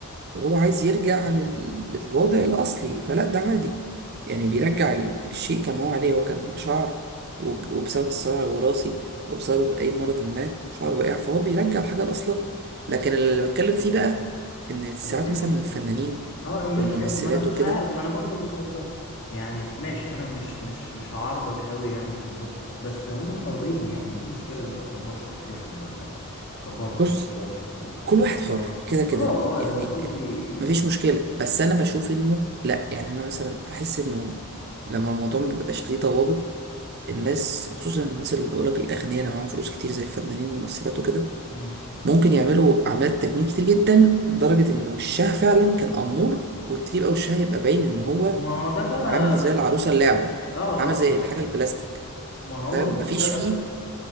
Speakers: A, on the right (about 45°); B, on the left (about 55°).
A: وهو عايز يرجع لل- للوضع الأصلي فلا ده عادي يعني بيرجع ال- الشيء كما هو عليه هو كان بشعر وج- وبسبب الصراع الوراثي أو بسبب أي مرض ما شعره وقع فهو بيرجع الحاجة لأصلها لكن اللي بتكلم فيه بقى إن ساعات
B: طب إيه
A: مثلا الفنانين
B: اه مش
A: والممثلات
B: إيه، ما انا مش
A: وكده
B: عارف ما انا برضو بص يا اسطى يعني ماشي انا مش مش مش هعارضك قوي يعني في الموضوع بس هم حرين يعني ايه المشكله لما يكبروا شفايفهم ولا يكبروا الحته
A: بص
B: دي ولا الحته دي يعني، او
A: كل
B: يصغروا
A: واحد حر كده كده
B: اه اه
A: يعني
B: يعني أنا قصدي يعني
A: مفيش مشكلة بس أنا بشوف إنه لأ يعني أنا مثلا بحس إنه لما الموضوع مبيبقاش ليه ضوابط الناس خصوصا الناس اللي بقولك الأغنياء اللي معاهم فلوس كتير زي الفنانين والممثلات وكده
B: مم.
A: ممكن يعملوا أعمال تجميل كتير جدا لدرجة إن وشها فعلا كان أمور وتبقى وشها يبقى باين إن هو
B: ما هو ده بقى
A: عامل زي العروسة اللعبة
B: اه
A: عامل زي
B: اه انا فاهم
A: الحاجة البلاستيك
B: ما
A: فاهم
B: هو
A: مفيش
B: ده بقى
A: فيه